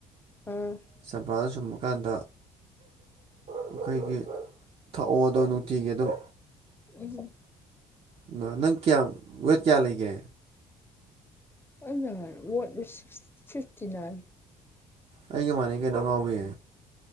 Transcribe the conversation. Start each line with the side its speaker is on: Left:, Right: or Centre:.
Left: ꯑꯥ
Right: ꯆꯝꯄ꯭ꯔꯥꯗꯨ ꯁꯨꯝꯕꯀꯥꯟꯗ ꯑꯩꯈꯣꯏꯒꯤ ꯊꯛꯑꯣꯗꯣ ꯅꯨꯡꯇꯤꯒꯤ ꯑꯗꯨꯝ
Left: ꯎꯝ
Right: ꯏꯃꯥ ꯅꯪ ꯀꯌꯥ ꯋꯦꯠ ꯀꯌꯥ ꯂꯩꯒꯦ
Left: ꯑꯩꯅꯅꯦ ꯋꯦꯠ ꯁꯤꯁ ꯐꯤꯐꯇꯤ ꯅꯥꯏꯟ
Right: ꯑꯩꯒ ꯃꯥꯟꯅꯩ ꯀꯩꯅꯣ ꯑꯉꯥꯎꯕꯤ